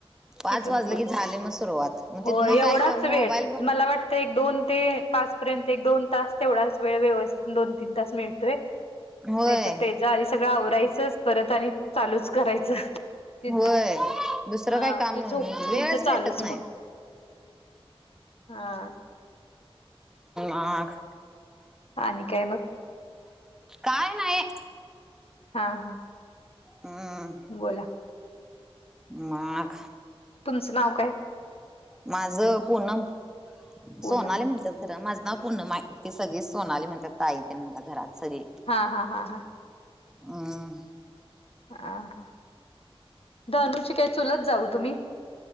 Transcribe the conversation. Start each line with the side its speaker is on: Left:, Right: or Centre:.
Centre: पाच
Left: तिथून
Centre: वाजले
Left: पुढं
Centre: की झाले मग सुरुवात मग
Left: हो
Centre: तिथनं
Left: एवढाच
Centre: काय का मोबाईल
Left: वेळ
Centre: पण
Left: मला वाटत एक दोन ते पाच पर्यंत एक दोन तास तेवढाच वेळ व्यवस्थित दोन तीन तास मिळ नाही
Centre: होय
Left: तर तेच्या आधी सगळं आवरायचंच परत आणि चालूच करायचं. ते
Centre: होय दुसरं
Left: हा
Centre: काही काम
Left: ते
Centre: म्हणजे
Left: झोपपर्यंत
Centre: वेळच
Left: चालूच
Centre: भेटत नाही.
Left: मग हा.
Centre: आख.
Left: आणि काय मग.
Centre: काय नाही.
Left: हा हा.
Centre: हा.
Left: बोला.
Centre: मग.
Left: तुमचं नाव काय.
Centre: माझ पूनम
Left: पूनम
Centre: सोनाली म्हणतात. तर माझं नाव पूनम आहे मा त सगळी सोनाली म्हणतात ताई तेन मला घरात सगळी.
Left: हा हा हा हा
Centre: आ
Left: आ धनुची काय चुलत जाऊ तुम्ही